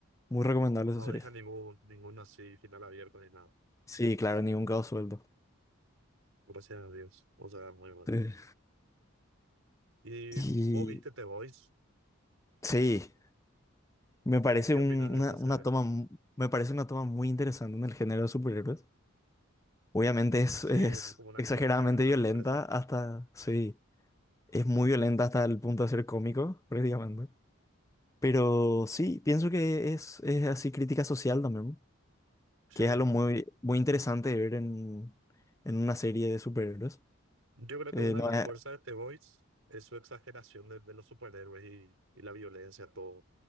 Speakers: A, on the left (about 15°); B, on the right (about 75°).
A: muy recomendable
B: No
A: esa serie.
B: deja ningún, ningún así final abierto ni nada.
A: Sí, claro, ningún cabo suelto.
B: Gracias a Dios. O sea, muy mal.
A: eh,
B: ¿Y
A: Y
B: vos viste The Voice?
A: sí, me parece
B: ¿Qué, qué
A: un-
B: opinas de
A: una,
B: esa serie?
A: una toma, mu- me parece una toma muy interesante en el género de superhéroes. Obviamente es,
B: Sí,
A: es
B: es como una
A: exageradamente
B: crítica, ¿verdad?
A: violenta
B: La empresa.
A: hasta, sí. Es muy violenta hasta el punto de ser cómico, prácticamente. Pero sí, pienso que es, es así crítica social también,
B: Sí.
A: que es algo muy, muy interesante de ver en, en una serie de superhéroes.
B: Yo creo
A: Eh,
B: que una
A: no
B: de las
A: es-
B: fuerzas de The Voice es su exageración de, de los superhéroes y, y la violencia, todo.